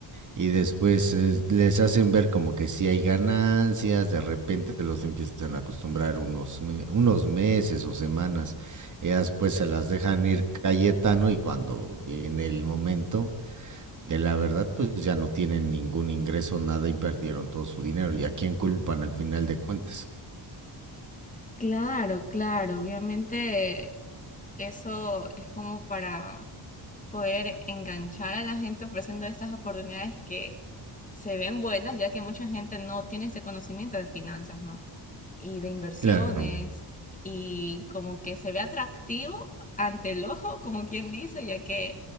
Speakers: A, on the right (about 45°); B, on the left (about 20°).
A: y después eh, les hacen ver como que si hay ganancias, de repente los empiezan a acostumbrar unos me- unos meses o semanas. Ellas pues se las dejan ir Cayetano y cuando viene el momento de la verdad pues ya no tienen ningún ingreso, nada y perdieron todo su dinero. ¿Y a quién culpan al final de cuentas?
B: Claro, claro, obviamente eso es como para poder enganchar a la gente ofreciendo estas oportunidades que se ven buenas, ya que mucha gente no tiene este conocimiento de finanzas, ¿no? Y de inversiones,
A: Claro.
B: y como que se ve atractivo ante el ojo, como quien dice, ya que